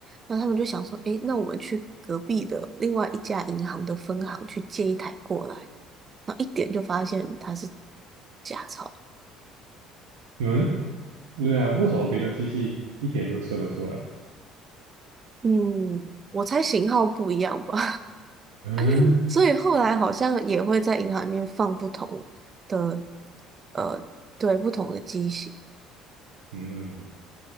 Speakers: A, on the right; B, on the right.
A: 那他们就想说，诶，那我们去隔壁的另外一家银行的分行去借一台过来。然后一点就发现它是假钞。
B: 嗯，对啊，为什么别的机器一点就测得出来？
A: 嗯，我猜型号不一样吧，
B: 嗯
A: <laughs> 所以后来好像也会在银行里面放不同的，呃，对，不同的机型。
B: 嗯，